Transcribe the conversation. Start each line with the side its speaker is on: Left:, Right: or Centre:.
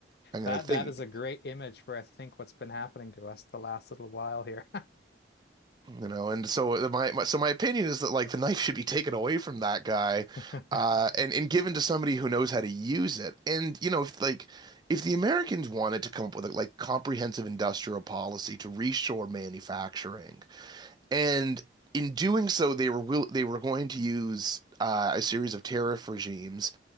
Right: I'm going
Left: That
Right: to think.
Left: that is a great image for I think what's been happening to us the last little while here.
Right: You know, and so my, my so my opinion is that like the knife should be taken away from that guy,
Left: <laughs>
Right: uh, and and given to somebody who knows how to use it. And you know, if like if the Americans wanted to come up with a like comprehensive industrial policy to reshore manufacturing, and in doing so, they were will they were going to use uh, a series of tariff regimes